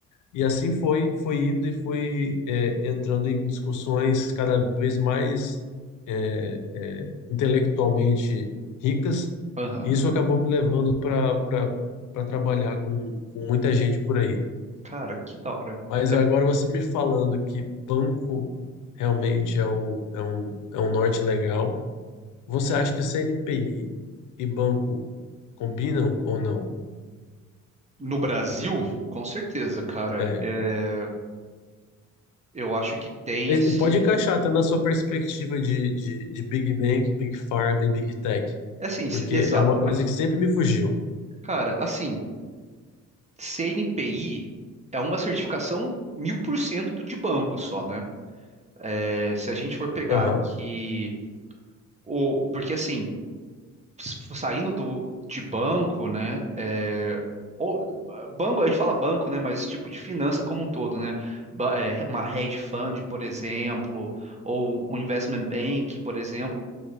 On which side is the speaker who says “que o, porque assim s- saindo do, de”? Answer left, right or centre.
Right